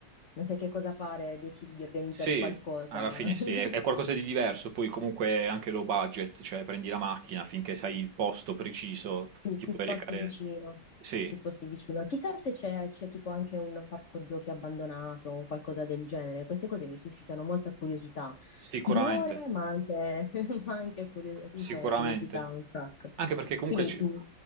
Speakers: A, on the left; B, on the right.
A: Non sai che cosa fare, decidi di organizzare
B: Sì,
A: qualcosa.
B: alla fine sì,
A: <laughs>
B: è, è qualcosa di diverso, poi comunque è anche low budget, cioè prendi la macchina finché sai il posto preciso,
A: Sì,
B: ti
A: ti
B: puoi
A: sposti
B: recare...
A: vicino,
B: Sì,
A: ti sposti vicino. Chissà se c'è c'è tipo anche un parco giochi abbandonato o qualcosa del genere. Queste cose mi suscitano molta curiosità,
B: sicuramente,
A: timore, ma anche, <laughs> ma anche curio-
B: sicuramente.
A: cioè, curiosità un sacco.
B: Anche perché comunque
A: Quindi
B: ci...
A: mh,